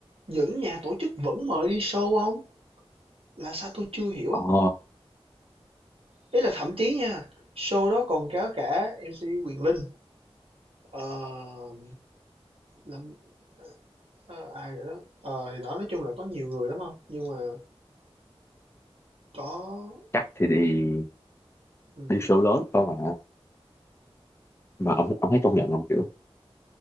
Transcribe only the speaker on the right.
những nhà tổ chức vẫn mời đi show ông, là sao tôi chưa hiểu
không? Ý là thậm chí nha, show đó còn có cả MC Quyền Linh, ờ, làm ờ, ai rồi đó. Ờ, thì đó, nói chung là có nhiều người lắm không nhưng mà có
ừm,